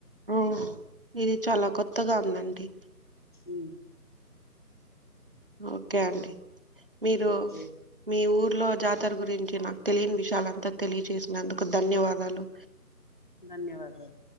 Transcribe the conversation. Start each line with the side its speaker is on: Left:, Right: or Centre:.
Right: మ్ ఇది చాలా కొత్తగా ఉందండి
Left: ఉమ్,
Right: ఓకే అండి మీరు
Left: ఓకే
Right: మీ ఊరు ఇ లో జాతర గురించి నాకు తెలియని విషయాలు అంతా తెలియజేసినందుకు ధన్యవాదాలు
Left: ధన్యవాదాలు